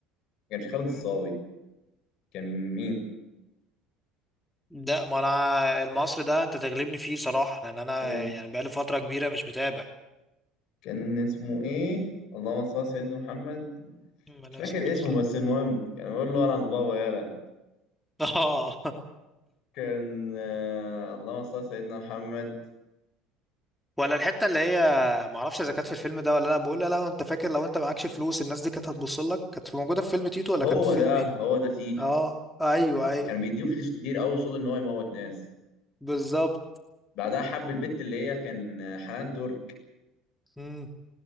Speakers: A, on the left; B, in the centre.
A: كانش خالد
B: مم.
A: الصاوي كان مين
B: ده ما انا المصري ده انت تغلبني فيه صراحة لان انا
A: كان
B: يعني بقالي فترة كبيرة مش متابع
A: كان اسمه ايه اللهم صل على سيدنا محمد
B: عليه
A: مش فاكر
B: الصلاة والسلام
A: اسمه بس المهم كان بيقول له انا البابا يالا
B: <laughs> اه
A: كان آه، اللهم صل على سيدنا محمد
B: ولا الحتة اللي هي معرفش اذا كانت في الفيلم ده ولا لا بقول لا لو انت فاكر لو انت معكش فلوس الناس دي كانت هتبص لك كانت في- موجودة في فيلم تيتو ولا
A: هو
B: كان في فيلم
A: ده
B: ايه
A: هو ده تيتو
B: اه ايوه ايوه
A: كان بيديه فلوس كتير قوي قصاد ان هو يموت ناس
B: بالظبط
A: بعدها حب البت اللي هي كان آه، حنان ترك
B: مم.